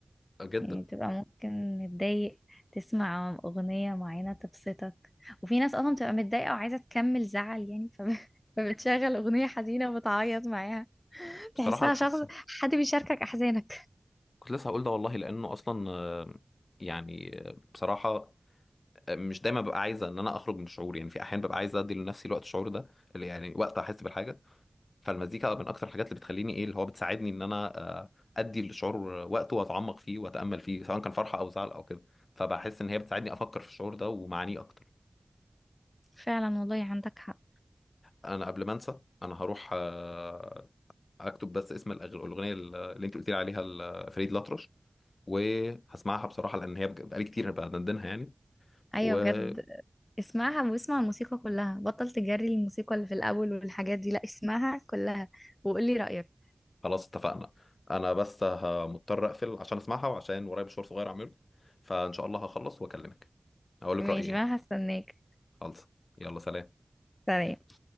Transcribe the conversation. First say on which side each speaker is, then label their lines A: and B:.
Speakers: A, on the left; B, on the left.
A: جدا
B: يعني تبقى ممكن متضايق تسمع أغنية معينة تبسطك وفي ناس أصلا بتبقى متضايقة وعايزة تكمل زعل يعني فب... <laughs> فبتشغل أغنية حزينة وبتعيط معاها
A: بصراحة
B: تحسها
A: أنا
B: شخص
A: كنت لسه
B: حد بيشاركك أحزانك
A: كنت لسه هقول ده والله لأنه أصلا آه، يعني آه، بصراحة آه، مش دايما ببقى عايزة إن أنا أخرج من الشعور يعني في أحيان ببقى عايزة أدي لنفسي الوقت الشعور ده اللي يعني وقت أحس بالحاجة فالمزيكا من اكتر الحاجات اللي بتخليني ايه اللي هو بتساعدني ان انا آه، ادي الشعور وقته واتعمق فيه واتامل فيه سواء كان فرحه او زعل او كده فبحس ان هي بتساعدني افكر في الشعور ده ومعانيه اكتر
B: فعلا والله عندك حق
A: انا قبل ما انسى انا هروح آه، اكتب بس اسم الأغ- الاغنيه اللي انت قلت لي عليها لفريد الأطرش وهسمعها بصراحه لان هي بج- بقالي كتير بدندنها يعني
B: ايوه
A: وخلاص
B: بجد اسمعها واسمع الموسيقى كلها بطل تجري الموسيقى اللي في الاول والحاجات دي لا اسمعها كلها وقولي رأيك
A: اتفقنا انا بس ه- مضطر اقفل عشان اسمعها وعشان ورايا مشوار صغير اعمله فان شاء الله هخلص واكلمك اقول لك
B: ماشي
A: رايي يعني
B: ما هستناك
A: خلص يلا سلام
B: سلام